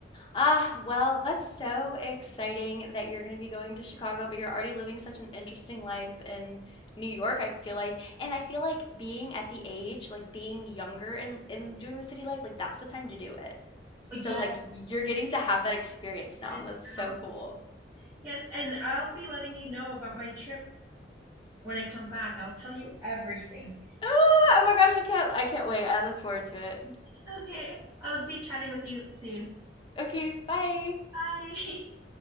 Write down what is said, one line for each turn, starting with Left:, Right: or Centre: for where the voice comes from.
Left: Ah, well, that's so exciting that you're going to be going to Chicago, but you're already living such an interesting life in New York, I feel like. And I feel like being at the age, like being younger and and doing the city life, like that's the time to do it. So
Right: Yes.
Left: like you're getting to have that experience now,
Right: it's
Left: and that's so
Right: now.
Left: cool.
Right: Yes, and I'll be letting you know about my trip when I come back. I'll tell you everything.
Left: Ah, oh my gosh, I can't I can't wait. I look forward to it.
Right: Okay, I'll be chatting with you soon.
Left: Okay, bye.
Right: Bye. <laughs>